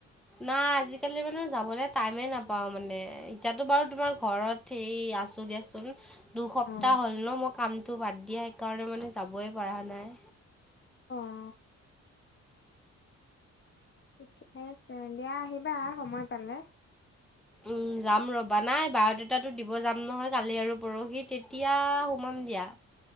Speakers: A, in the centre; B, on the left.
A: নাই আজিকালি মানে যাবলে টাইমে নাপাও মানে এতিয়াতো বাৰু তোমাৰ ঘৰত হেই আছো দিয়াচোন। দুসপ্তাহ
B: অ
A: হ'ল ন মই কামটো বাদ দিয়া সেইকাৰণে মানে যাবয়ে পৰা নাই।
B: অ। ঠিকে আছে, দিয়া আহিবা সময় পালে।
A: উম যাম ৰবা। নাই বায়দাতাটো দিব যাম নহয় কালি আৰু পৰহি। তেতিয়া সোমাম দিয়া